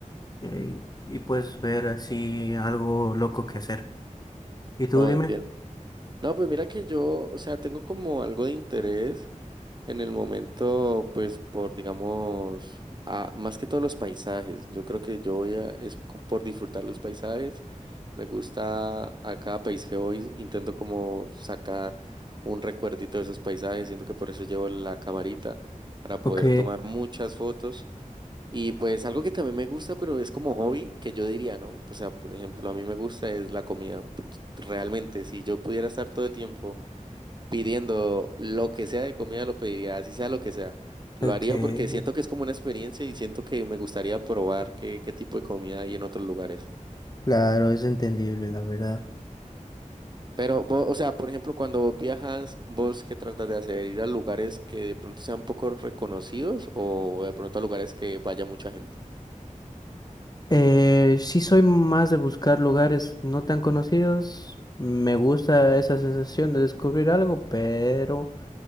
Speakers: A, on the left; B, on the right.
A: eh, y pues ver así algo loco que hacer. ¿Y tú
B: No,
A: dime?
B: entiendo. No, pues mira que yo, o sea, tengo como algo de interés. En el momento, pues por, digamos, a- más que todos los paisajes, yo creo que yo voy a, es co- por disfrutar los paisajes, me gusta a cada país que voy, intento como sacar un recuerdito de esos paisajes, siento que por eso llevo la camarita, para poder
A: Ok,
B: tomar muchas fotos. Y pues algo que también me gusta, pero es como hobby, que yo diría, ¿no? O sea, por ejemplo, a mí me gusta es la comida. Realmente, si yo pudiera estar todo el tiempo pidiendo lo que sea de comida, lo pediría, así sea lo que sea. Lo
A: ok,
B: haría porque siento que es como una experiencia y siento que me gustaría probar qué, qué tipo de comida hay en otros lugares.
A: claro, es entendible, la verdad.
B: Pero, vos, o sea, por ejemplo, cuando vos viajas, ¿vos qué tratas de hacer? ¿Ir a lugares que de pronto sean poco reconocidos o de pronto a lugares que vaya mucha gente?
A: Eh, sí soy más de buscar lugares no tan conocidos. Me gusta esa sensación de descubrir algo, pero